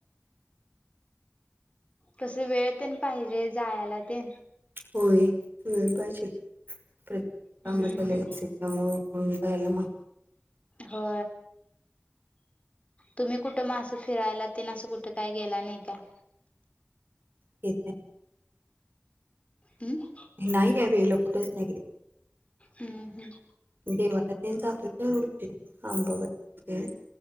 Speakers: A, on the left; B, on the right.
A: कस वेळ ते पाहिजे जायला ते
B: होय वेळ पाहिजे कामुळेला
A: हम्म
B: सणयला त्यामुळे
A: हो तुम्ही कुठं मग असं फिरायला ते असं कुठे काही गेला नाही का
B: ते
A: हमम
B: नाही आहे वे ल कुठेच नाही
A: हम्म हम्
B: देवाला जात आंबाबाई